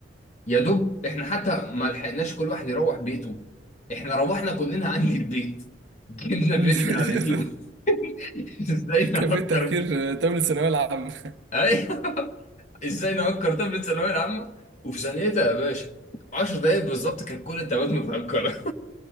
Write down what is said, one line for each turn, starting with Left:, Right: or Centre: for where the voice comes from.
Left: يا دوب احنا حتى ما لحقناش كل واحد يروح بيته احنا روحنا كلنا <laughs> عندي البيت جبنا
Right: <laughs>
Left: فيديو من على اليوتيوب <laughs> ازاي نهكر
Right: كان في تهكير تمن الثانويه العامه
Left: ايوه <laughs> ازاي نهكر طفل ثانويه العامه وفي ثانيتها يا باشا 10 دقايق بالظبط كان كل التابات متهكره